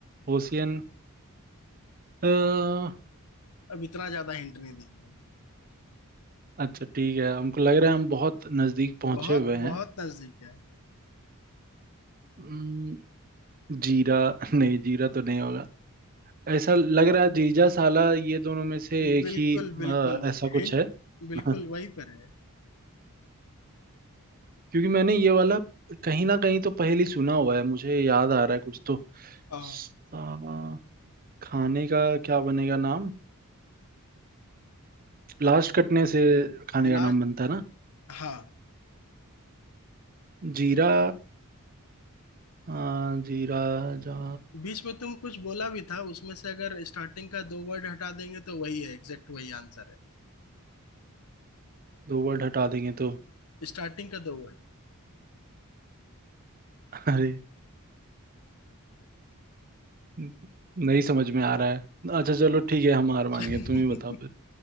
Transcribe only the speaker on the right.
ओशियन हमको
अच्छा ठीक है हमको लग रहा है हम बहुत नजदीक पहुंचे
हुए
हैं
अम्म, जीरा <laughs> नहीं जीरा तो नहीं होगा ऐसा लग रहा है जीजा साला ये दोनों में से
एक
ही
अ, ऐसा कुछ
है
<laughs>
क्योंकि मैंने ये वाला कहीं ना कहीं तो पहले ही सुना हुआ है मुझे याद आ रहा है कुछ तो
सा- खाने का क्या बनेगा नाम लास्ट कटने से खाने
का नाम बनता है ना
जीरा आ, जीरा जा
दो वर्ड हटा देंगे तो
<laughs> अरे न- नहीं समझ में आ रहा है अच्छा चलो ठीक है हम हार मान
गए तुम ही बताओ फिर